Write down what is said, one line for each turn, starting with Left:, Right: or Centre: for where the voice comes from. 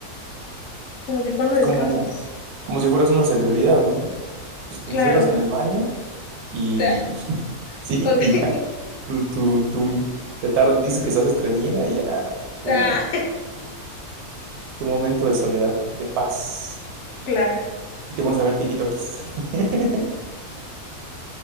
Left: como que cuando
Right: es
Left: descansas.
Right: como, como si fueras una celebridad, ¿no? Pues te
Left: Claro.
Right: encierras en el baño y
Left: <laughs>
Right: <laughs> sí,
Left: Ok.
Right: y ya. Tú, tú, tú te tar- dices que estás estreñida y ya tu,
Left: Ah,
Right: tu momento de soledad, de paz.
Left: claro.
Right: Y te pones a ver tikitokis. <laughs>